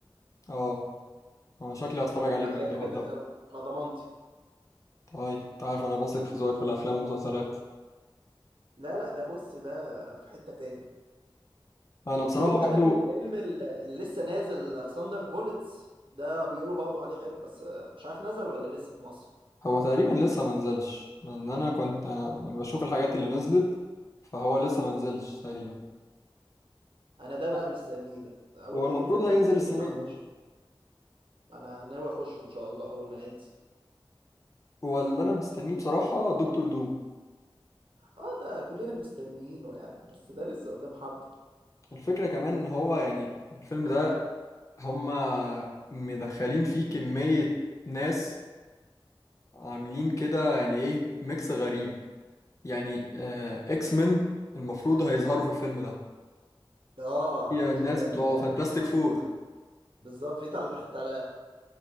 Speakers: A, on the left; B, on the right.
A: اه انا شكلي هتفرج عليه
B: لا
A: بجد
B: هيعجبك
A: وهبدأه
B: قوي على ضمانتي
A: طيب انت عارف انا بثق في ذوقك في الافلام والمسلسلات
B: لا لا ده بص ده في حتة تاني
A: انا
B: وبيقولوا
A: بصراحة برضو
B: كمان الفيلم ال- اللي لسه نازل ساندر بولتس ده بيقولوا برضه عليه حلو بس مش عارف نزل ولا لسه في مصر
A: هو تقريبا لسه منزلش لان انا كنت انا يعني بشوف الحاجات اللي نزلت فهو لسه منزلش تقريبا
B: انا ده
A: طيب،
B: بقى مستنيه ده اول
A: هو
B: ما
A: المفروض
B: ينزل
A: هينزل
B: السينما
A: السنة
B: هخش
A: دي
B: انا ناوي اخشه ان شاء الله اول ما ينزل
A: هو اللي انا مستنيه بصراحة دكتور دوم
B: اه ده كلنا مستنيينه يعني بس ده لسه قدامه حبة
A: الفكرة كمان ان هو يعني الفيلم ده هما مدخلين فيه كمية ناس عاملين كده يعني ايه ميكس غريب يعني اكس مين المفروض هيظهروا في الفيلم ده
B: اه
A: في
B: في
A: الناس
B: كان
A: بتوع فانتاستيك فور
B: بالظبط في تل... تل...